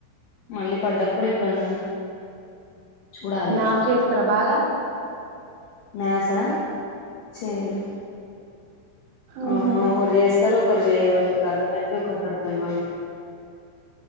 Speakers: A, on the left (about 75°); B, on the right (about 80°).
A: మళ్ళీ పడ్డప్పుడు ఎప్పుడన్నా చూడాలి
B: మ్యాథ్స్
A: ఇక
B: చేస్తారా బాగా
A: మ్యాథ్స్ ఆ చేయలే
B: ఉహు
A: ఆ ఒకరు చేస్తరు ఒకరు చేయరు ఒకరికి అర్థమయితే ఒకరికి అర్థం కాదు.